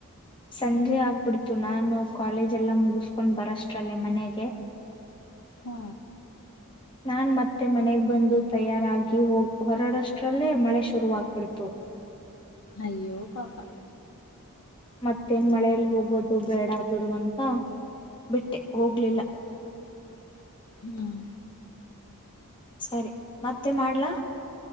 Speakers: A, on the left (about 25°); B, on the left (about 75°).
A: ಸಂಜೆ ಆಗ್ಬಿಡ್ತು ನಾನು ಕಾಲೇಜ ಎಲ್ಲ ಮುಗಿಸಕೊಂಡ್ ಬರಷ್ಟ್ರಲ್ಲೇ ಮನೆಗೆ
B: ಹ್ಮ
A: ನಾ ಮತ್ತೆ ಮನೆಗೆ ಬಂದು ತಯಾರಾಗಿ ಹ ಹೊರಡಷ್ಟ್ರಲ್ಲೇ ಮಳೆ ಶುರುವಾಗ್ಬಿಡ್ತು
B: ಅಯ್ಯೋ ಪಾಪಾ
A: ಮತ್ತೇನ್ ಮಳೇೆಯಲ್ಲಿ ಹೋಗೋದು ಬೇಡ ಬಿಡುುವಂತ ಬಿಟ್ಟೆ ಹೋಗ್ಲಿಲ್ಲ
B: ಹ್ಮ್
A: ಸರಿ ಮತ್ತೆ ಮಾಡ್ಲಾ